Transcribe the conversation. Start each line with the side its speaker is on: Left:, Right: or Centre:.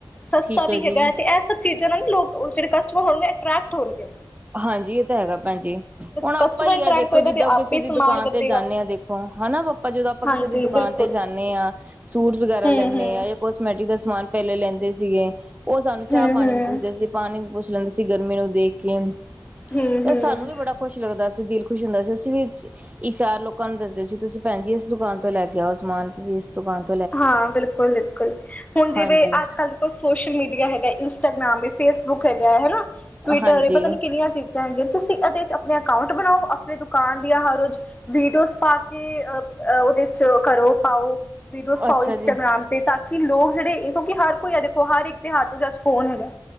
Left: ਸਸਤਾ
Right: ਠੀਕ ਹੈ
Left: ਵੀ
Right: ਜੀ।
Left: ਹੈਗਾ ਐ ਤੇ ਐ ਸਬ ਚੀਜਾ ਨਾਲ ਲੋਗ ਕਟਮਰ ਹੋਂਗੇ ਅੱਟ੍ਰੈਕਟ ਹੋਨਗੇ।
Right: ਹਾਂਜੀ ਐ ਤਾਂ ਹੈਗਾ ਭੈਨ ਜੀ ਹੁਨ ਆਪਾਂ
Left: ਕਸਟਮਰ
Right: ਈ
Left: ਅਟਰੈਕਟ
Right: ਐ ਦੇਖੋ
Left: ਹੋਏਗਾ
Right: ਜਿੱਦਾਂ
Left: ਤੇ ਆਪੇ
Right: ਕਿਸੇ ਦੀ
Left: ਸਮਾਨ
Right: ਦੁਕਾਨ
Left: ਵਧੇਗਾ।
Right: ਤੇ ਜਾਨੇ ਆ ਦੇਖ ਹਨਾ ਅੱਪਾ ਜਦੋ ਅੱਪਾ ਕਿਸੇ
Left: ਹਾਂਜੀ
Right: ਦੀ ਦੁਕਾਨ
Left: ਬਿਲਕੁਲ।
Right: ਤੇ ਜਾਨੇ ਆ ਸੂਟ ਵਗੈਰਾ
Left: ਹੂੰ-ਹੂੰ,
Right: ਲੈਨੇ ਆ ਯਾ ਕੋਸਮੈਟਿਕ ਦਾ ਸਮਾਨ ਪੇਲੇ ਲੈਂਦੇ ਸੀਗੇ ਓ ਸਾਨੂੰ ਚਾ
Left: ਹੂੰ-ਹੂੰ,
Right: ਪਾਣੀ ਵੀ ਪੁੱਛਦੇ ਸੀ ਪਾਨੀ ਵੀ ਪੁੱਛ ਲੈਂਦੇ ਸੀ ਗਰਮੀ ਨੂੰ ਦੇਖ ਕੇ।
Left: ਹੂੰ-ਹੂੰ।
Right: ਤੇ ਸਾਨੂੰ ਵੀ ਬੜਾ ਖੁਸ਼ ਲੱਗਦਾ ਸੀ ਦਿਲ ਖੁਸ਼ ਹੁੰਦਾ ਸੀ ਅਸੀ ਵੀ ਈ ਚਾਰ ਲੋਕਾ ਨੂੰ ਦੱਸਦੇ ਸੀ ਤੁਸੀ ਭੈਨ ਜੀ ਇਸ ਦੁਕਾਨ ਤੋ ਲੈ ਕੇ ਆਓ ਸਮਾਨ ਤੁਸੀ ਇਸ ਦੁਕਾਨ ਤੋ।
Left: ਹਾਂ ਬਿਲਕੁਲ ਬਿਲਕੁਲ ਹੁਨ ਜਿਵੇ
Right: ਹਾਂਜੀ
Left: ਅੱਜ ਕੱਲ ਸੋਸ਼ਲ ਮੀਡੀਆ ਹੈਗਾ ਇੰਸਟਾਗ੍ਰਾਮ ਫੇਸਬੁਕ ਹੈਗਾ ਹਨਾ ਟਵੀਟਰ
Right: ਹਾਂਜੀ
Left: ਏ ਪਤਾ ਨੀ ਕਿੰਨੀਆ ਚੀਜਾ ਤੁਸੀ ਏਹਦੇ ਚ ਅਪਨੇ ਅਕਾਊਂਟ ਬਨਾਓ ਅਪਨੇ ਦੁਕਾਨ ਦੀਆ ਹਰ ਰੋਜ ਵੀਡੀਓਜ਼ ਪਾ ਕੇ ਓਦੇ ਚ ਕਰੋ ਪਾਓ ਵੀਡੀਓਜ਼ ਪਾਓ
Right: ਅੱਛਾ
Left: ਇੰਸਟਾਗ੍ਰਾਮ
Right: ਜੀ।
Left: ਤੇ ਤਾ ਕੀ ਲੋਗ ਜੇੜੇ ਏਕੋ ਹਰ ਕੋਈ ਐ ਦੇਖੋ ਹਰ ਇੱਕ ਦੇ ਹੱਥ ਈਚ ਅੱਜ ਫੋਨ ਹੈਗਾ।